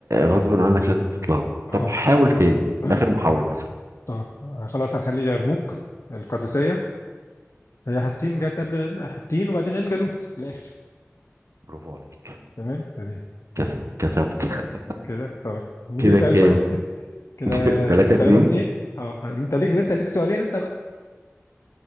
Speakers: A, on the right; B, on the left.
A: غصب عنك لازم تتلخبط
B: اه
A: طب حاول تاني
B: <clears throat>
A: آخر محاولة مثلا
B: طب خلاص هنخلي اليرموك القادسية هي حطين جت قبل حطين وبعدين عين جالوت في الآخر
A: برافو عليك
B: تمام تمام
A: كسب كسبت <laughs>
B: كده طيب نيجي
A: كده
B: سؤال
A: كام؟
B: ف... <laughs> كده
A: <laughs> تلاتة اتنين
B: 3 2 اه انت ليك لسه ليك سؤالين انت بقى